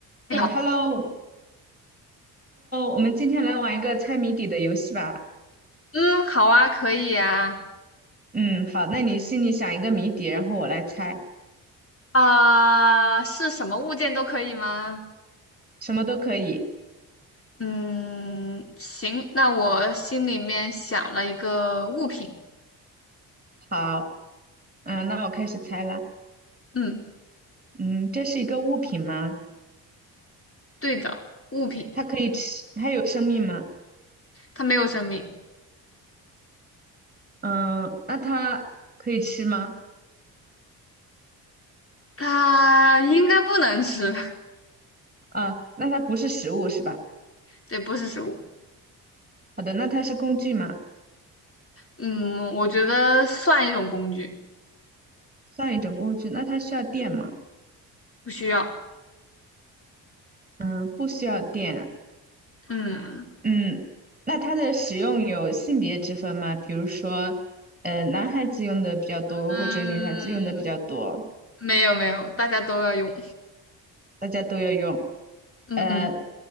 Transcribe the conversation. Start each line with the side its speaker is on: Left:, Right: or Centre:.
Right: 嗯，Hello，Hello，
Left: 哎好，
Right: 我们今天来玩一个猜谜底的游戏吧。
Left: 嗯，好啊，可以啊，
Right: 嗯，好，那你心里想一个谜底，然后我来猜，
Left: 啊、是什么物件都可以吗？
Right: 什么都可以。
Left: 嗯，行，那我心里面想了一个物品，
Right: 好，嗯，那我开始猜了。
Left: 嗯，
Right: 嗯，这是一个物品吗？
Left: 对的，物品，
Right: 它可以吃，它有生命吗？
Left: 它没有生命，
Right: 嗯，那它可以吃吗？
Left: 它应该不能吃，<laughs>
Right: 啊，那它不是食物是吧？
Left: 对，不是食物，
Right: 好的，那它是工具吗？
Left: 嗯，我觉得算一种工具，
Right: 算一种工具，那它需要电吗？
Left: 不需要，
Right: 嗯，不需要电。
Left: 嗯
Right: 嗯，那它的使用有性别之分吗？比如说，呃，男孩子用的比较多，
Left: 嗯，
Right: 或者女孩子用的比较多，
Left: 没有没有，大家都要用，
Right: 大家都要用。
Left: 嗯嗯，
Right: 呃